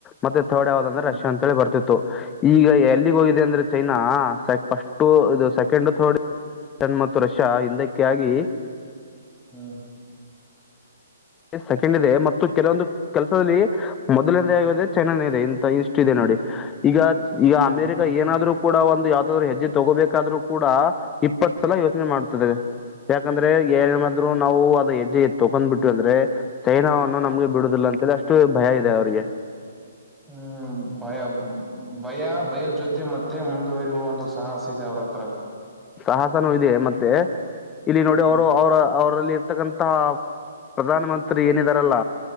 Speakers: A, on the left; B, in the centre.
A: ಮತ್ತೆ ಥರ್ಡ್ ಯಾವ್ದ ಅಂದ್ರೆ
B: ಹ್ಮ್
A: ರಷ್ಯಾ ಅಂತ ಹೇಳಿ ಬರ್ತಿತ್ತು. ಇತ್ತು ಈಗ ಎಲ್ಲಿಗೆ ಹೋಗಿದೆ ಅಂದ್ರೆ ಚೈನಾ ಫಸ್ಟ್ ಇದು ಸೆಕೆಂಡ್ ಥರ್ಡ್ ಬ್ರಿಟನ್ ಮತ್ತು ರಷ್ಯಾ ಹಿಂದಕ್ಕೆಆಗಿ
B: ಹ್ಮ್
A: ಸೆಕೆಂಡ್ ಇದೆ ಮತ್ತು ಕೆಲವೊಂದು ಕೆಲಸದಲ್ಲಿ ಮೊದಲನದೇ <inaudible> ಚೈನಾನೇ ಇದೆ ಇಂತ ಇಷ್ಟು ದಿನ <inaudible> ಈಗ ಈಗ
B: ಹ್ಮ್
A: ಅಮೆರಿಕ ಏನಾದ್ರೂ ಕೂಡ ಒಂದು ಯಾವುದಾದರೂ ಹೆಜ್ಜೆ ತಗೋಬೇಕಾದ್ರು ಕೂಡ ಇಪ್ಪತ್ ಸಲ ಯೋಚನೆ ಮಾಡ್ತದೆ. ಯಾಕಂದ್ರೆ ಏನೇನಾದ್ರು ನಾವು ಅದ ಹೆಜ್ಜೆ ತಗೊಂಡ್ ಬಿಟ್ಟು- ಅಂದ್ರೆ ಚೈನಾವನ್ನು ನಮ್ಗೆ ಬಿಡುದಿಲ್ಲ ಅಂತ ಹೇಳಿ ಅಷ್ಟು ಭಯ ಇದೆ ಅವ್ರಿಗೆ.
B: ಹ್ಮ್ ಭಯ ಭಯ ಭಯದ ಜೊತೆ ಮತ್ತೆ ಮುಂದುವರಿಯುವ ಒಂದು ಸಾಹಸ ಇದೆ ಅವರ ಅವರತ್ರ -
A: ಸಾಹಸನೂ ಇದೆ ಮತ್ತೆ ಇಲ್ಲಿ ನೋಡಿ
B: ಹ್ಮ್
A: ಅವರು ಅವರ ಅವರಲ್ಲಿ ಇರ್ತಕ್ಕಂತಹ ಪ್ರಧಾನ ಮಂತ್ರಿ ಏನಿದಾರಲ್ಲ